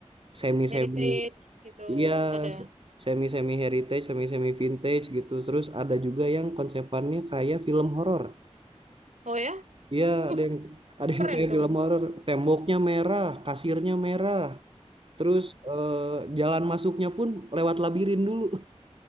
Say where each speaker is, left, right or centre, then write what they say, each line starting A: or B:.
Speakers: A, on the right (about 50°); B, on the right (about 80°).
A: semi-semi
B: Heritage gitu
A: iya,
B: ada.
A: se- semi-semi heritage, semi-semi vintage gitu. Terus ada juga yang konsepannya kayak film horor.
B: Oh ya?
A: Iya,
B: Wah
A: ada yang ada
B: keren
A: yang kayak
B: dong.
A: film horor, temboknya merah, kasirnya merah, terus eh, jalan masuknya pun lewat labirin dulu.